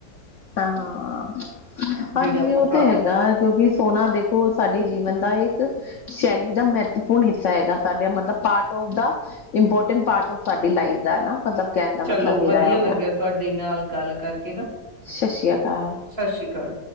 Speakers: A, on the left; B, on the right.
A: ਹੈ ਹਾਂਅ। ਹਾਂਜੀ
B: ਜਿਹੜੇ ਆਪਾਂ
A: ਔ
B: ਭਰਾ।
A: ਤੇ ਹੈਗਾ ਆ, ਕਿਉਂਕਿ ਸੋਨਾ ਦੇਖੋ ਸਾਡੀ ਜੀਵਨ ਦਾ ਏਕ ਕ ਸ਼ੈਲੀ ਦਾ ਮਹੱਤਵਪੂਰਨ ਹਿੱਸਾ ਹੈਗਾ, ਸਾਡਾ ਮਤਲਬ ਪਾਰਟ ਔਫ ਦਾ ਇੰਪੋਰਟੈਂਟ ਪਾਰਟ ਔਫ ਸਾਡੀ ਲਾਈਫ ਦਾ ਨਾ। ਮਤਲਬ ਕਹਿਣ ਦਾ
B: ਚਲੋ,
A: ਮਤਲਬ ਮੇਰਾ
B: ਵਧੀਆ
A: ਹੋ
B: ਲੱਗਿਆ
A: ਗਿਆ
B: ਤੁਹਾਡੇ ਨਾਲ ਗੱਲ ਕਰਕੇ ਨਾ।
A: ਸਤਿ ਸ਼੍ਰੀ ਅਕਾਲ।
B: ਸਤਿ ਸ੍ਰੀ ਅਕਾਲ